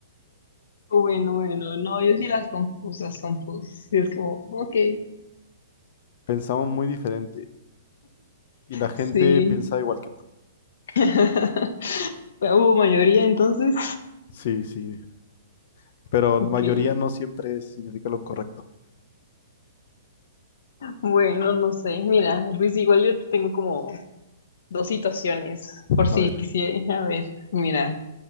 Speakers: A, on the left (about 70°); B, on the left (about 55°).
A: Bueno, bueno, no, yo sí las compus, las compus. Sí, es como, ok,
B: Pensamos muy diferente y la gente
A: sí.
B: piensa igual que tú.
A: <laughs> Hubo mayoría entonces.
B: Sí, sí, pero
A: Ok.
B: la mayoría no siempre significa lo correcto.
A: Bueno, no sé. Mira, pues igual yo tengo como dos situaciones, por si
B: A ver,
A: quisiera. A ver, mira,